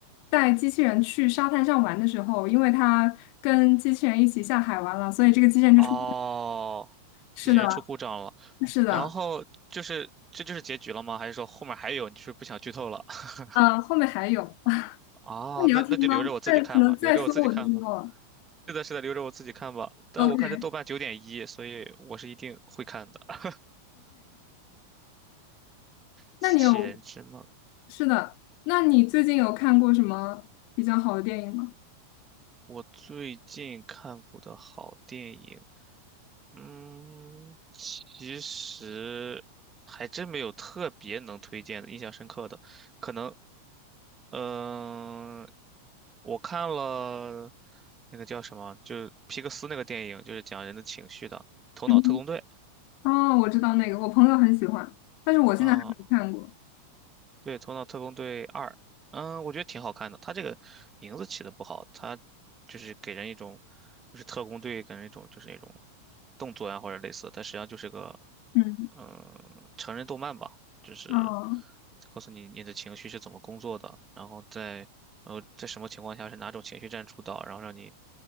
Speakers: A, on the left (about 45°); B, on the right (about 20°).
A: 带机器人去沙滩上玩的时候，因为它跟机器人一起下海玩了，所以这个机器人就出
B: 哦，
A: 是的，
B: 机器人出故障了，
A: 是的，
B: 然后就是这就是结局了吗？还是说后面还有？你是不是不想剧透了？<laughs>
A: 呃，后面还有，
B: 哦，
A: 那你要听吗？
B: 那那就留着我自己看吧，
A: 再可能再说我就知道了。
B: 留着我自己看吧。是的，是的，留着我自己看吧。但我看这豆瓣九点一，
A: OK，OK，
B: 所以我是一定会看的。《机器人之梦》，
A: 那你有，是的，那你最近有看过什么比较好的电影吗？
B: 我最近看过的好电影，嗯，其实还真没有特别能推荐的、印象深刻的，可能。嗯、我看了那个叫什么，就是皮克斯那个电影，就是讲人的情绪的《头脑特工队》
A: 嗯，哦，我知道那个，我朋友很喜欢，但是我现在还没有看过。
B: 啊、对，《头脑特工队二》，嗯，我觉得挺好看的。它这个名字起的不好，它就是给人一种就是特工队，给人一种就是那种动作呀或者类似但实际上就是个
A: 嗯，
B: 嗯、呃成人动漫吧，就是
A: 哦。
B: 告诉你你的情绪是怎么工作的，然后在呃在什么情况下是哪种情绪占主导，然后让你